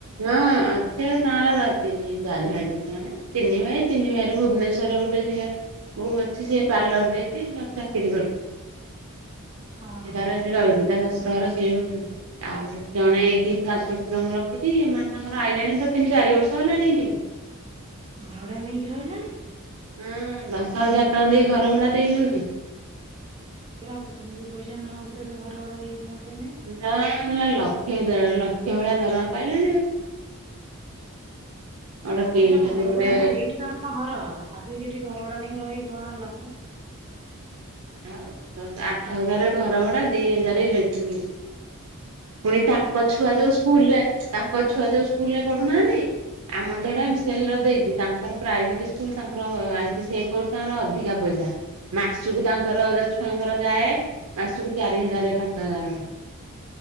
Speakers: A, on the right; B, on the right.
A: ହଁ ଆଛ ତାର ରାତିନି ଚାରି ଭାଇ <inaudible> ସୋନେ ତିନି ଭାଇ ତିନି ଭାଇ ରୁ ଭୁବନେଶ୍ୱରରେ ଗୋଟେ ଯିବା ମୁ ଅଛି ସେି ପାର୍ଲର ଦେଇଛି ପ୍ଲସ୍ ଚାକିରି କରୁଛି
B: ଓହୋ
A: ସେ ତାର ସେଠି ରହିଛି ତାଙ୍କ ଶଶୁର ଘର ସେଇଷ ଆଉ ଜଣେ ଏଇଠି ଶାଶୁ ଶଶୁରଙ୍କୁ ରଖିଛି ଏମାନେ ତାଙ୍କର ଆଇିଲଣି ତ ତିନି ଚାରି ବର୍ଷ ହେଲାଣି ଏଇଠି
B: ଭଡା ନେଇକି ରହିଲେଣି
A: ହୁଁ ଦଶ ହଜାର ଟଙ୍କା ଦେଇ ଘର ଭଡା ଦେଇକି ରହୁଛନ୍ତି
B: ଏପ ସେମିତି ପଇସା ନ ହିଲଲେ ତ ଘରବଦୋଗରୁନ୍ତେନେ <inaudible>
A: ନା ହେଲା ଲକ୍ଷ ଦେଢ଼ ଲକ୍ଷେ ଭଳିଆ ଦରମା ପାଇଲେଣି ଆଉ ଗୋଟେ
B: ହଁ
A: କିଣିଛନ୍ତି
B: ଏଇଟ ଘର
A: ଗୋଟେ
B: ଭୁଡା ସେଇଠି ତମ ଘର ଆସିକି ଏଠି ଘର ଭଡା ନେଇକି ରହିିକି କଣ ଲାଭ
A: ଆଉ ଦଶ ଆଠ ହଜାର ଘର ଭଡା ଦି ହଜାର ଇଲେକ୍ଟ୍ରିି ବିଲ୍ ପୁଣି ତାଙ୍କ
B: ଏ ବାବା
A: ଛୁଆ ଯୋଉ ସ୍କୁଲ ରେ ତାଙ୍କ ଛୁଆ ଯୋଉ ସ୍କୁଲ ରେ ପଢୁନାହାନ୍ତି ଆମର
B: ହୁଁ
A: ତ ଏଇଟା ଏମ୍ ସିଏଲ୍ ର ଦେଇଛି ତାଙ୍କୁ ତାଙ୍କର ପ୍ରାଇଭେଟ ସ୍କୁଲ ତାଙ୍କର ଆଇସି ସ କର୍ସ ତାଙ୍କର ଅଧିକା ପଇସା ମାସକୁ ତାଙ୍କର ଯୋଉ ଛୁଆଙ୍କର ଯାଏ ମାସକୁ ଚାରି ହଜାର ପାଞ୍ଚ ହଜାର ଅେ